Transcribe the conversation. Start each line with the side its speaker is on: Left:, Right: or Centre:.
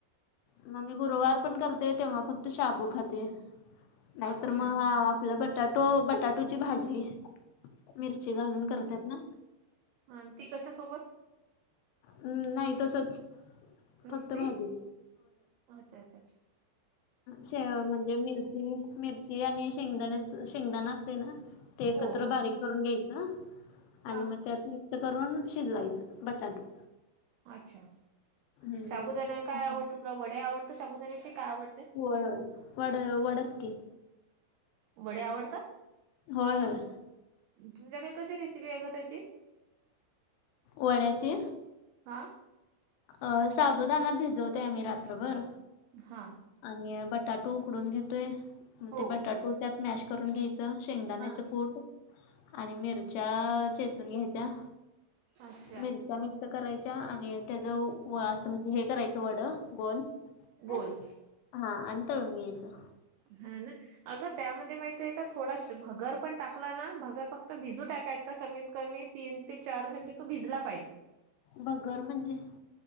Left: मग मी गुरुवार पण करत ते तेव्हा फक्त शाबू खाती नाहीतर
Right: अच्छा
Left: मग आपलं बटाटो बटाटोची भाजी मिरची घालून करतात ना
Right: ह ती कशसोबत
Left: हम् नाही तसच
Right: नुसती
Left: फक्त भाजी
Right: अच्छा अच्छा अच्छ
Left: हे म्हणजे मिर मिरची आणि शेंगदाण्या शेंगदाणा असते ना ते एकत्र
Right: हो हो
Left: बारीक
Right: हो.
Left: करून घ्यायचं
Right: हां
Left: आणि मग त्यात मिक्स करून शिजवायचं बटाटो
Right: अच्छा
Left: हम्म
Right: शाबुदाना
Left: चांगलं.
Right: काय आवडतो तुला वडे आवडतो शाबुदाण्याचे काय आवडते.
Left: हो वड वडच की
Right: वडे आवडतात.
Left: होय ह.
Right: तुमच्या घरी कशी रेसपी एक ग त्याची
Left: वड्याची
Right: हा.
Left: अ साबुदाना भिजवतो आम्ही रात्रभर
Right: हा
Left: आणि बटाटू उकडून घेतोय मग
Right: हो
Left: ते बटाटू त्यात मॅश करून घ्यायचे. शेंगदाण्याच
Right: हा
Left: कूट आणि मिरच्या चेचून घ्यायच्या.
Right: अच्छा
Left: मिरच्या मिक्स करायच्या आणि त्याच असं म्हणजे हे करायच. वड गोल
Right: गोल
Left: हा आणि तळून घ्यायचं.
Right: हां ना. अगं त्यामध्ये माहिती आहे का थोडा भगर पण टाकला ना भगर फक्त भिजू टाकायचा कमीत कमी तीन ते चार घंटे तो भिजला पाहिजे.
Left: भगर म्हणजे